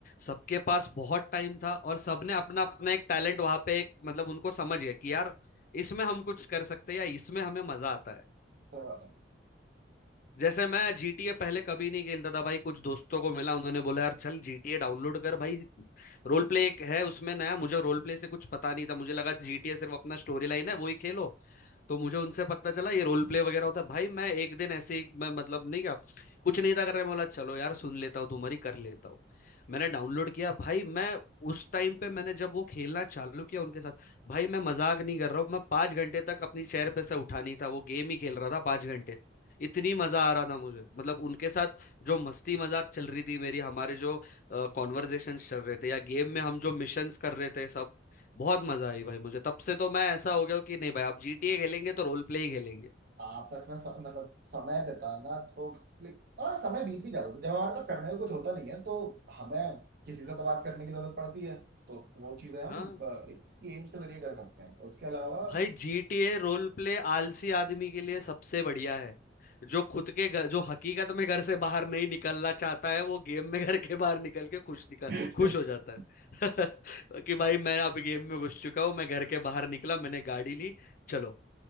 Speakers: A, on the left (about 45°); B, on the right (about 55°).
A: सबके पास बहुत टाइम था और सबने अपना अपना एक टैलेंट वहां पे एक मतलब उनको समझ गया कि यार इसमें हम कुछ कर सकते हैं या इसमें हमें मजा आता है
B: सही बात है
A: जैसे मैं जीटीए पहले कभी नहीं खेलता था भाई कुछ दोस्तों को मिला उन्होंने बोला यार चल जीटीए डाउनलोड कर भाई रोल प्ले एक है उसमें नया मुझे रोल प्ले से कुछ पता नहीं था मुझे लगा जीटीए सिर्फ अपना स्टोरी लाइन है वही खेलो तो मुझे उनसे पता चला ये रोल प्ले वगैरह होता है भाई मैं एक दिन ऐसे ही मैं मतलब नहीं क्या कुछ नहीं था कर रहा मैं बोला चलो यार सुन लेता हूँ तुम्हारी कर लेता हूँ मैंने डाउनलोड किया भाई मैं उस टाइम पे मैंने जब वो खेलना चालू किया उनके साथ भाई मैं मजाक नहीं कर रहा हूँ मैं पांच घंटे तक अपनी चेयर पे से उठा नहीं था वो गेम ही खेल रहा था पांच घंटे इतनी मजा आ रहा था मुझे मतलब उनके साथ जो मस्ती मजाक चल रही थी मेरी हमारे जो कॉन्वर्जेशन चल रहे थे या गेम में हम जो मिशंस कर रहे थे सब बहुत मजा आई भाई मुझे तब से तो मैं ऐसा हो गया हूँ कि नहीं भाई आप जीटीए खेलेंगे तो रोल प्ले ही खेलेंगे
B: आपस में स- मतलब समय बिताना तो like, हाँ समय बीत भी जाता है जब हमारे पास करने को कुछ होता नहीं है तो हमें किसी से तो बात करने की जरूरत पड़ती है तो वो चीजें हम
A: ना।
B: गेम्स के जरिए कर सकते हैं उसके अलावा
A: भाई जीटीए रोल प्ले आलसी आदमी के लिए सबसे बढ़िया है जो खुद के घर जो हकीकत में घर से बाहर नहीं निकलना चाहता है वो गेम में घर के बाहर निकल के खुश निकल
B: <laughs>
A: खुश हो जाता है <laughs> कि भाई मैं अब गेम में घुस चुका हूँ मैं घर के बाहर निकला मैंने गाड़ी ली चलो